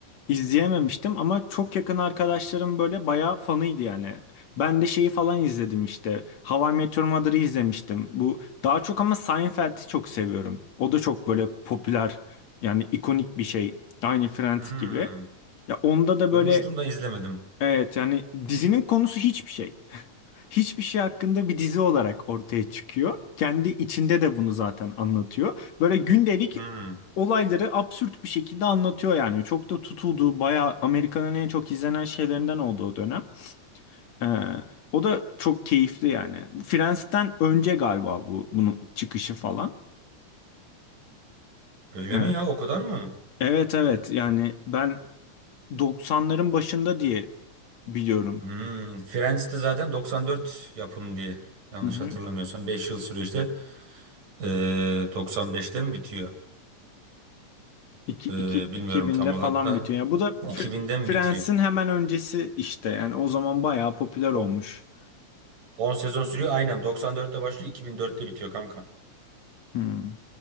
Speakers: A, on the left; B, on the right.
A: İzleyememiştim ama çok yakın arkadaşlarım böyle bayağı fanıydı yani. Ben de şeyi falan izledim işte. How I Met Your Mother'ı izlemiştim. Bu daha çok ama Seinfeld'i çok seviyorum. O da çok böyle popüler yani ikonik bir şey. Aynı Friends
B: Hmm.
A: gibi. Ya onda da
B: Duymuştum
A: böyle
B: da izlemedim.
A: evet yani dizinin konusu hiçbir şey hiçbir şey hakkında bir dizi olarak ortaya çıkıyor. Kendi içinde de bunu zaten anlatıyor. Böyle gündelik
B: Hmm.
A: olayları absürt bir şekilde anlatıyor yani. Çok da tutuldu. Bayağı Amerika'nın en çok izlenen şeylerinden oldu o dönem. Ee, o da çok keyifli yani. Friends'ten önce galiba bu bunun çıkışı falan.
B: Öyle
A: Ee,
B: mi ya? O kadar mı?
A: evet evet yani ben 90'ların başında diye biliyorum.
B: Hmm. Friends de zaten 94 yapım diye. Yanlış
A: Hı hı.
B: hatırlamıyorsam 5 yıl sürüyor işte. Ee, 95'te mi bitiyor?
A: 2,
B: Ee,
A: 2,
B: bilmiyorum
A: 2000'de
B: tam olarak
A: falan
B: da.
A: bitiyor. Yani bu da
B: 2000'de
A: Fr-
B: mi
A: Friends'in
B: bitiyor?
A: hemen öncesi işte. Yani o zaman bayağı popüler
B: 10,
A: olmuş.
B: 10 sezon sürüyor. Aynen 94'te başlıyor 2004'te bitiyor kanka.
A: Hmm.